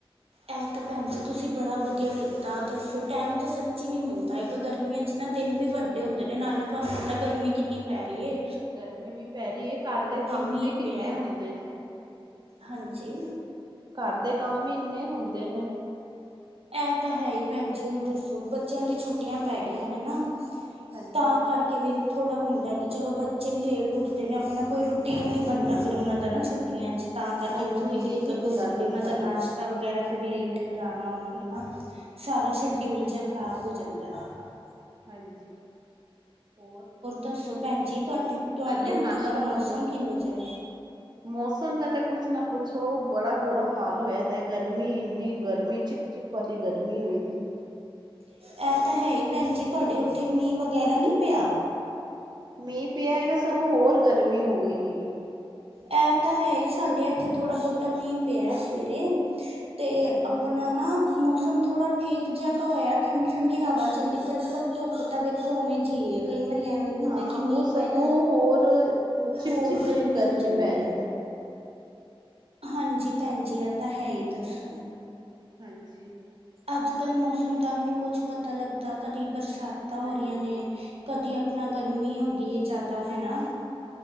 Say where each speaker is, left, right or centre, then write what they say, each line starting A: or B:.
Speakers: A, on the right; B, on the right.
A: ਇਹ ਤਾਂ ਭੈਣ ਜੀ ਤੁਸੀਂ ਬੜਾ ਵਧੀਆ ਕੀਤਾ ਦੱਸੋ ਟਾਈਮ ਤਾਂ ਸੱਚ ਹੀ ਨਹੀ ਮਿਲਦਾ ਇੱਕ ਗਰਮੀਆਂ ਚ ਨਾ ਦਿਨ ਵੀ ਵੱਡੇ ਹੁੰਦੇ ਨੇ ਨਾਲੇ ਤੁਹਾਨੂੰ ਪਤਾ ਗਰਮੀ ਕਿੰਨੀ ਪੈ ਰਹੀ ਹੈ
B: ਗਰਮੀ ਵੀ ਪੈ ਰਹੀ ਹੈ ਘਰ ਦੇ ਕੰਮ
A: ਮੀਂਹ
B: ਵੀ ਕਿੰਨੇ
A: ਪਿਆ
B: ਹੁੰਦੇ ਨੇ
A: ਹਾਂਜੀ
B: ਘਰ ਦੇ ਕੰਮ ਹੀ ਇੰਨੇ ਹੁੰਦੇ ਨੇ
A: ਇਹ ਤਾਂ ਹੈ ਹੀ ਭੈਣ ਜੀ ਹੁਣ ਦੱਸੋ ਬੱਚਿਆਂ ਦੀ ਛੁੱਟੀਆਂ ਪੈ ਗਈਆਂ ਨੇ ਨਾ
B: ਹਾਂਜੀ
A: ਤਾਂ
B: ਹਾਂਜੀ
A: ਕਰਕੇ ਵੀ ਥੋੜਾ ਹੁਣ ਕਿ ਚਲੋ ਬੱਚੇ ਵੀ ਲੇਟ ਉੱਠਦੇ ਨੇ ਆਪਣਾ ਕੋਈ ਰੂਟੀਨ ਨੀ ਬਣਦਾ ਫੇਿਰ ਉਹਨਾਂ ਤਾਂ ਨਾ ਛੁੱਟੀਆਂ ਚ ਤਾਂ ਕਰਕੇ
B: ਹਾਂਜੀ
A: ਵੀ ਥੋੜ੍ਹੀ ਦਿੱਕਤ
B: ਇਹੀ ਤੇ
A: ਹੋ ਜਾਂਦੀ
B: ਗੱਲ ਹੈ
A: ਉਹਨਾਂ
B: ਸਾਰੀ
A: ਦਾ ਨਾਸ਼ਤਾ ਵਗੈਰਾ ਫਿਰ ਲੇਟ ਕਰਾਉਣਾ ਉਹ ਨੂੰ
B: ਹਮ ਹਮ
A: ਸਾਰਾ ਸ ਕੀ ਉਲਝਾ ਖ਼ਰਾਬ ਹੋ ਜਾਂਦਾ ਹੈ
B: ਹਾਂਜੀ ਹੋਰ
A: ਦੱਸੋ ਭੈਣ ਜੀ ਤੁਹਾਡੇ
B: ਬਸ
A: ਤੁਹਾਡੇ
B: ਕਰ ਲਿਆ ਨਾਸ਼ਤਾ
A: ਉੱਥੇ ਦਾ ਮੌਸਮ
B: ਵਗੈਰਾ
A: ਕਿਹੋ ਜਿਹਾ
B: ਮੌਸਮ ਦਾ ਤਾਂ ਕੁਛ ਨਾ ਕੁਛ ਓ ਬੜਾ ਬੁਰਾ ਹਾਲ ਹੋਇਆ ਤਾਂ ਗਰਮੀ ਇੰਨੀ ਗਰਮੀ ਚਿਪ ਚਿਪ ਵਾਲੀ ਗਰਮੀ ਹੋਈ ਦੀ
A: ਹੈ ਇਹ ਤਾਂ ਹੈ ਹੀ ਭੈਣ ਜੀ ਤੁਹਾਡੇ ਉੱਥੇ ਮੀਂਹ ਵਗੈਰਾ ਨਹੀਂੀ ਪਿਆ
B: ਮੀਂਹ ਪਿਆ ਹੈਗਾ ਸਗੋਂ ਹੋਰ ਗਰਮੀ ਹੋ ਗਈ ਹੈਗੀ
A: ਇਹ ਤਾਂ ਹੈ ਹੀ ਸਾਡੇ ਇੱਥੇ ਥੋੜ੍ਹਾ ਬਹੁਤਾ ਮੀਂਹ ਪਿਆ ਸਵੇਰੇ ਤੇ
B: ਹਾਂਜੀ
A: ਆਪਣਾ ਨਾ ਮੌਸਮ ਮ ਥੋੜਾ ਠੀਕ ਜਿਹਾ ਤਾਂ ਹੋਇਆ ਠੰਡੀ ਠੰਢਡੀ ਹਵਾ ਚੱਲਦੀ ਪਰ ਧੁੱਪ ਤਾਂ ਵੇਖੋ ਉਵੇਂ ਜਿਹੀ ਕਈ ਵਾਰੀ ਐਵੇਂ ਵੀ ਹੁੰਦਾ
B: ਹਾਂ
A: ਕਿ ਮੀਂਹ
B: ਉਹ ਸਗੋਂ
A: ਪਏ ਨਾ
B: ਹੋਰ ਚਿਪ
A: ਹੋਰ
B: ਚਿੱਪ ਜੀ ਗਰਮੀ
A: ਹੋ ਜਾਂਦੀ
B: ਪੈ ਰਇ
A: ਹੈ
B: ਨੇ
A: ਹਾਂਜੀ ਭੈਣਜੀ ਇਹ ਤਾਂ ਹੈ ਹੀ ਦੱਸੋ।
B: ਹਾਂਜੀ।
A: ਅੱਜ ਮੌਸਮ ਦਾ ਵੀ ਨਹੀਂ ਕੁਝ ਪਤਾ ਲੱਗਦਾ ਕਦੀ ਬਰਸਾਤ। ਤਾ ਹੋ
B: ਹਾਂਜੀ
A: ਰਹੀਆਂ ਨੇ
B: ਹਾਂਜੀ
A: ਕਦੀ ਆਪਣਾ ਗਰਮੀ ਹੋ ਗਈ ਹੈ ਜ਼ਿਆਦਾ ਹੈ ਨਾ।